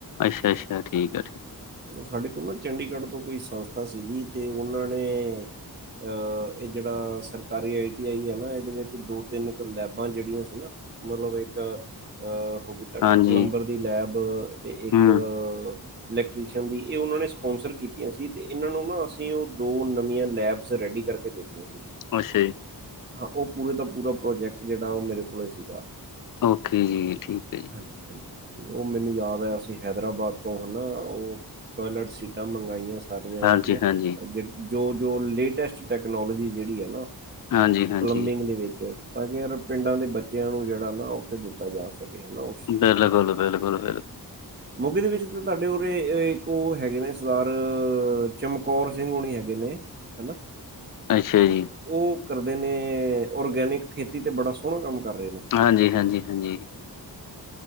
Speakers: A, on the left (about 55°); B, on the right (about 30°).
A: ਅੱਛਾ-ਅੱਛਾ ਠੀਕ ਆ ਠੀਕ
B: ਸਾਡੇ ਕੋਲ ਨਾ ਚੰਡੀਗੜ੍ਹ ਤੋ ਕੋਈ ਸੰਸਥਾ ਸੀਗੀ ਤੇ ਓਨਾ ਨੇ ਅ ਏ ਜੇੜਾ ਸਰਕਾਰੀ ਆਈ ਟੀ ਆਈ ਐਨਾ ਏਦੇ ਵਿੱਚ ਦੋ-ਤਿੰਨ ਕੁ ਲੈਬਾ ਜੇੜੀਆਂ ਸੀ ਨਾ ਮਤਲਬ ਏਕ ਅਹ ਹੋਗੀ
A: ਹਾਂਜੀ-ਹਾਂਜੀ
B: ਤਾਡੀ ਪਲੰਬਰ ਦੀ ਲੈਬ ਤੇ ਇੱਕ
A: ਹੂੰ
B: ਇਲੈਕਟ੍ਰੀਸ਼ਨ ਦੀ ਏ ਓਨਾ ਨੇ ਸਪੋਂਸਰ ਕੀਤੀਆਂ ਸੀ ਤੇ ਈਨਾ ਨੂੰ ਨਾ ਅਸੀ ਓਦੋ ਨਵੀਆਂ ਲੈਬਸ ਰੈਡੀ ਕਰਕੇ ਦਿੱ- ਤੀਆ ਸੀਗੀਆ।
A: ਅੱਸ਼ੇ।
B: ਹਾਂ, ਓ ਪੂਰੇ ਦਾ ਪੂਰਾ ਪ੍ਰੋਜੈਕਟ ਜੇੜਾ ਓ ਮੇਰੇ ਕੋਲ ਈ ਸੀਗਾ।
A: ਓਕੇ, ਠੀਕ ਆ ਜੀ।
B: ਹੰਜੀ-ਹੰਜੀ। ਓ ਮੈਨੂੰ ਯਾਦ ਆਯਾ ਅਸੀ ਹੈਦਰਾਬਾਦ ਤੋ ਹਨਾ, ਓ ਟੋਇਲਟ ਸੀਟਾ ਮੰਗਾਈਆ ਸੀ। ਸਾਰੀਆ
A: ਹੈ ਜੀ
B: ਹਨਾ,
A: ਹਾਂਜੀ ਹਾਂਜੀ
B: ਜੋ-ਜੋ ਲੇਟੈਸਟ ਟੈਕਨੋਲੋਜੀ ਜੇੜੀ ਹੈ ਨਾ
A: ਹਾਂਜੀ ਹਾਂਜੀ
B: ਪਲੰਬਿੰਗ ਦੇ ਵਿੱਚ ਤਾਕਿ ਯਾਰ ਪਿੰਡਾ ਦੇ ਬੱਚੇਆ ਨੂੰ ਜੇੜਾ ਨਾ ਓਥੇ ਦਿੱਤਾ ਜਾ ਸਕੇ। ਹਨਾ ਉਸ ਚੀਜ਼
A: ਬੇਲਕੁਲ-ਬੇਲਕੁਲ,
B: ਦਾ
A: ਬੇਲ
B: ਮੋਗੇ ਦੇ ਵਿੱਚ ਤਾ ਤਾਡੇ ਉਰੇ ਇੱਕ ਓ ਹੈਗੇ ਨੇ ਸਰਦਾਰ ਚਮਕੌਰ ਸਿੰਘ ਹੋਣੀ ਹੈਗੇ ਨੇ ਹੈਨਾ?
A: ਅਸ਼ਾ ਜੀ।
B: ਓ ਕਰਦੇ ਨੇ ਓਰਗੈਨਿਕ ਖੇਤੀ ਤੇ ਬੜਾ ਸੋਣਾ ਕੰਮ ਕਰ ਰੇਨੇ।
A: ਹਾਂਜੀ-ਹਾਂਜੀ-ਹਾਂਜੀ।